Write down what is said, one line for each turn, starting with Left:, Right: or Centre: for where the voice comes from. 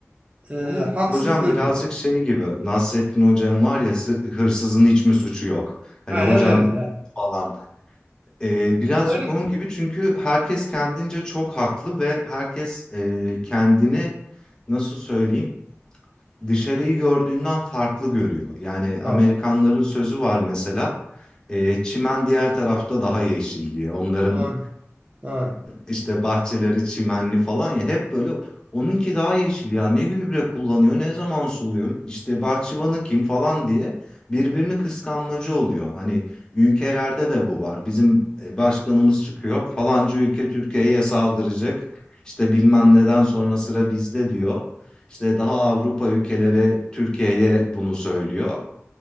Right: e,
Left: Bu
Right: haksızdır
Left: hocam birazcık
Right: diyor.
Left: şey gibi Nasrettin hocam var ya sı- hırsızın hiç mi suçu yok? Hani
Right: Aynen
Left: hocam
Right: öyle yani.
Left: falan. Ee, birazcık
Right: Böyle
Left: onun gibi çünkü herkes kendince çok haklı ve herkes e, kendini nasıl söyleyeyim dışarıyı gördüğünden farklı görüyor. Yani Amerikanların
Right: Doğru,
Left: sözü var mesela e, çimen diğer tarafta daha yeşil diye. Onların
Right: doğru, doğru.
Left: işte bahçeleri çimenli falan ya hep böyle onunki daha yeşil ya ne gübre kullanıyor ne zaman suluyor işte bahçıvanı kim falan diye birbirini kıskanmacı oluyor. Hani ülkelerde de bu var bizim e, başkanımız çıkıyor falanca ülke Türkiye'ye saldıracak işte bilmem neden sonra sıra bizde diyor. İşte daha Avrupa ülkeleri Türkiye'ye bunu söylüyor.